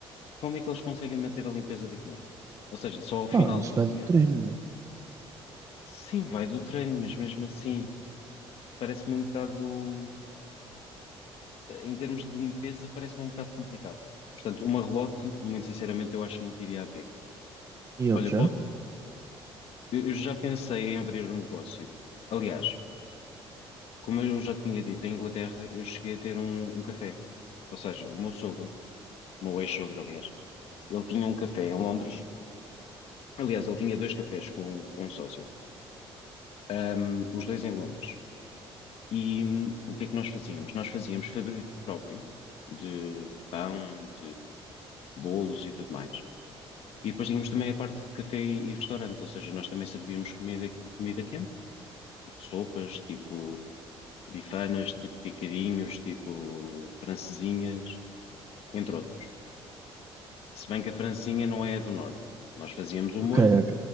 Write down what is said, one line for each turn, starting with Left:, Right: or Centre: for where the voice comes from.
Left: como é que eles conseguem manter a limpeza daquilo? Ou seja, só ao final
Right: Pá, isso
Left: do
Right: vai
Left: dia,
Right: do treino, né?
Left: sim, vai do treino, mas mesmo assim, parece-me um bocado em termos de limpeza, parece-me um bocado complicado. Portanto, uma relote, muito sinceramente, eu acho que nunca iria abrir.
Right: E outro
Left: Olha,
Right: já?
Left: pô, eu eu já pensei em abrir um negócio. Aliás, como eu já tinha dito, em Inglaterra eu cheguei a ter um, um café. Ou seja, o meu sogro, o meu ex-sogro, aliás, ele tinha um café em Londres. Aliás, ele tinha dois cafés com, com um sócio, Ahm, os dois em Londres. E hum, o que é que nós fazíamos? Nós fazíamos fabrico próprio de pão, de bolos e tudo mais. E depois tínhamos também a parte de café e restaurante, ou seja, nós também servíamos comida, comida quente, tipo sopas, tipo bifanas, tipo picadinhos, tipo francesinhas, entre outros. Se bem que a francesinha não é a do norte. Nós fazíamos o
Right: Ok,
Left: molho,
Right: ok.